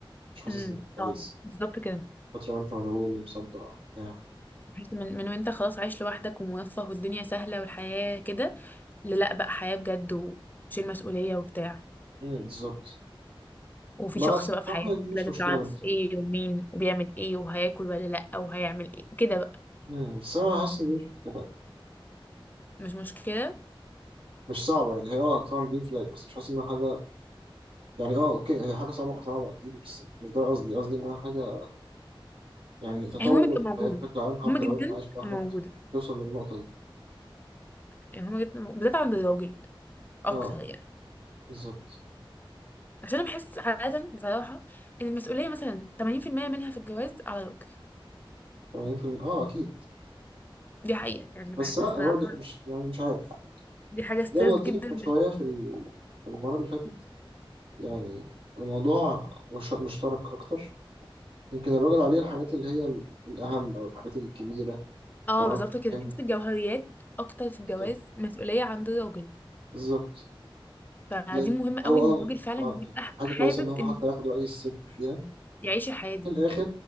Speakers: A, on the right; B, on the left.
A: مش حاسس
B: امم
A: انك كويس
B: اه بالظبط كده
A: فتره ما انت مشغول ومصدع بتاع
B: بحيث من من وانت خلاص عايش لوحدك وموفه والدنيا سهله والحياه كده للا بقى حياه بجد وشيل مسؤوليه وبتاع
A: مم. بالظبط
B: وفي
A: ما
B: شخص
A: بصراحه
B: بقى في حياتك
A: دي مش
B: لازم
A: مشكله
B: تعرف
A: بالنسبه
B: ايه
A: لي
B: ومين وبيعمل ايه وهياكل ولا لا وهيعمل ايه كده بقى
A: مم، بس انا حاسس ان دي مش مشكله
B: مش مشكله
A: مش صعبة يعني هي اه طبعا جرين فلاج بس مش حاسس انها حاجة يعني اه اوكي هي حاجة صعبة صعبة اكيد بس مش ده قصدي قصدي انها حاجة يعني تطور
B: هي مهمه
A: الحياة
B: تبقى موجوده
A: بشكل عام حتى
B: مهمه جدا
A: لو انت عايش لوحدك
B: تبقى موجوده
A: توصل للنقطة دي
B: يعني مهمه جدا بالذات عند الراجل اكتر
A: اه
B: يعني
A: بالظبط
B: عشان انا بحس عادة بصراحة ان المسؤولية مثلا 80% منها في الجواز على الراجل
A: 80% اه اكيد
B: دي حقيقة يعني
A: بس
B: بحس
A: لا
B: الصراحة
A: برضه مش يعني مش عارف
B: دي حاجة ستريس
A: زي ما قلت
B: جدا
A: لك من شوية في ال- في المرة اللي فاتت يعني الموضوع مش مشترك اكتر يمكن الراجل عليه الحاجات اللي هي ال- الاهم او الحاجات الكبيرة
B: اه
A: قرارات
B: بالظبط كده
A: مهمة
B: تحس الجوهريات اكتر في الجواز
A: بالظبط
B: مسؤولية عند الراجل
A: بالظبط
B: فدي
A: لان
B: مهمة قوي
A: هو اه
B: ان الراجل فعلا
A: مع- يعني
B: يبقى ح-
A: حاجه
B: حابب
A: كويسه ان هو
B: انه
A: حتى ياخد راي الست فيها
B: يعيش الحياة دي
A: في الاخر